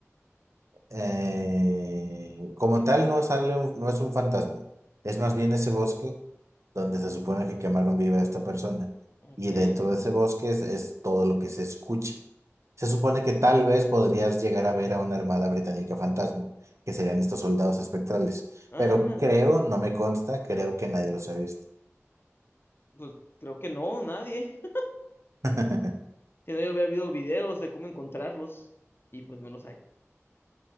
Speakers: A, on the right; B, on the left.
A: eh, como tal no sale un- no es un fantasma, es más bien ese bosque donde se supone que quemaron viva a esta persona
B: Ok.
A: y dentro de ese bosque es, es todo lo que se escucha. Se supone que tal vez podrías llegar a ver a una armada británica fantasma, que serían estos soldados espectrales,
B: Ah,
A: pero creo, no me consta, creo que nadie los ha visto.
B: pues creo que no, nadie.
A: <laughs>
B: Si no, yo hubiera habido videos de cómo encontrarlos y pues no los hay.